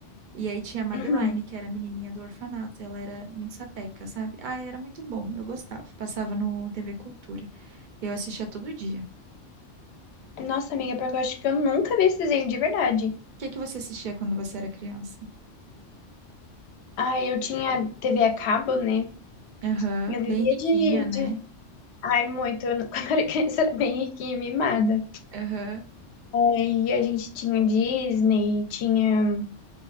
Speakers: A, on the right; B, on the left.
A: E aí tinha a Madeline,
B: Uhum.
A: que era a menininha do orfanato. Ela era muito sapeca, sabe? Ah, era muito bom. Eu gostava. Passava no TV Cultura. Eu assistia todo dia. O
B: Nossa, amiga, porque eu acho que eu nunca vi esse desenho de verdade.
A: que que você assistia quando você era criança?
B: Ai, eu tinha TV a cabo, né?
A: Aham,
B: Eu vivia
A: bem riquinha,
B: de,
A: né?
B: de... Ai, muito. Eu não- <laughs> Quando eu era criança, era bem riquinha e mimada.
A: Aham,
B: Aí a gente tinha Disney, tinha...